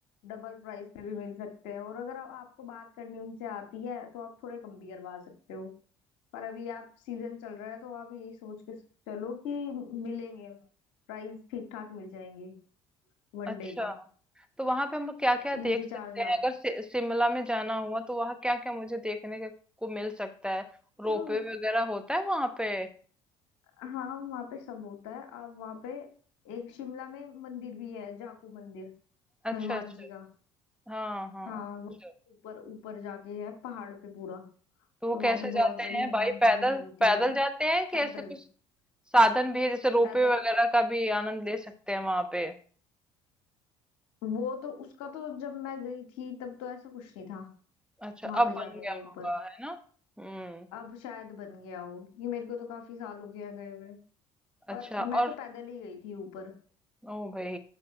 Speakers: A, on the left (about 70°); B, in the centre.
A: डबल प्राइस पे भी मिल सकते हैं और अगर आप, आपको बात करनी उनसे आती है तो आप थोड़े कम भी करवा सकते हो पर अभी आप सीजन चल रहा है तो आप यही सोच के चलो कि मिलेंगे प्राइस ठीक ठाक मिल जाएंगे वनडे
B: अच्छा
A: का
B: तो वहां पे हम लोग क्या क्या
A: तीन
B: देख
A: से
B: सकते
A: चार हजार
B: हैं अगर सि शिमला में जाना हुआ तो वहां क्या क्या मुझे देखने के, को मिल सकता है रोपवे
A: लेकिन
B: वगैरह होता है वहां पे
A: हाँ वहाँ पे सब होता है आप वहाँ पे एक शिमला में मंदिर भी है जाकू मंदिर
B: अच्छा
A: हनुमान
B: अच्छा
A: जी का
B: हाँ हाँ
A: हाँ
B: अच्छा
A: वो ऊपर ऊपर जाके है पहाड़ पे पूरा
B: तो वो
A: तो वहाँ
B: कैसे
A: पे बहुत
B: जाते
A: बड़ी
B: हैं
A: हनुमान
B: भाई
A: जी
B: पैदल
A: की मूर्ति
B: पैदल
A: है
B: जाते हैं कि
A: पैदल
B: ऐसे कुछ साधन भी है जैसे रोपवे
A: पैदल
B: वगैरह का भी आनंद ले सकते हैं वहां पे
A: वो तो उसका तो जब मैं गई थी तब तो ऐसा कुछ नहीं था
B: अच्छा
A: वहां
B: अब
A: पे जाने
B: बन गया
A: का ऊपर
B: होगा है ना हम्म
A: अब शायद बन गया हो ये मेरे को तो काफी साल हो गया गए हुए
B: अच्छा
A: पर मैं
B: और
A: तो पैदल ही गई थी ऊपर
B: ओ भाई